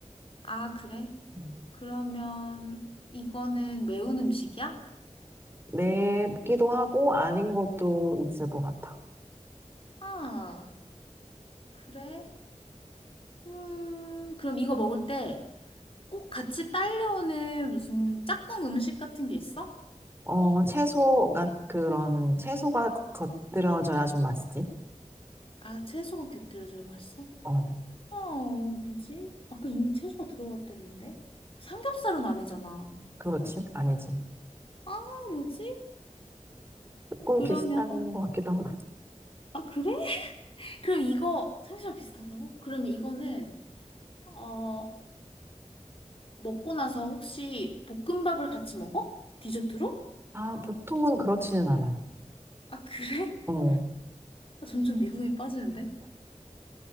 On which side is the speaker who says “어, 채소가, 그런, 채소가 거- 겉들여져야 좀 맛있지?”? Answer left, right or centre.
Right